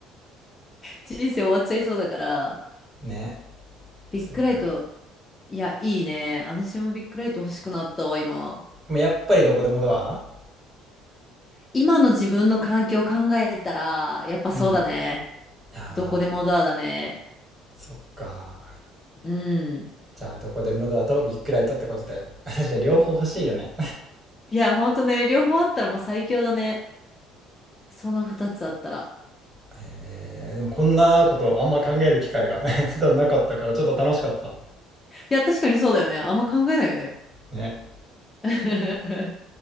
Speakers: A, on the left; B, on the right.
A: 人生終わっちゃいそうだから、
B: <laughs> ね。
A: ビッグライト、
B: そう。
A: いや、いいね。私もビッグライト欲しくなったわ、今。
B: でもやっぱりどこでもドア
A: 今の自分の環境を考えたら、やっぱそうだね。
B: うん。ああ、
A: どこでもドアだね。
B: そっか。
A: うん。
B: じゃあ、どこでもドアとビッグライトってことで。<laughs> 確かに両方欲しいよね。
A: いや、ほんとね、両方あったらもう最強だね。その二つあったら。
B: <laughs> えー、でもこんなことあんま考える機会が <laughs> 普段なかったからちょっと楽しかった。
A: いや、確かにそうだよね。あんま考えないよね。
B: ね。
A: <laughs>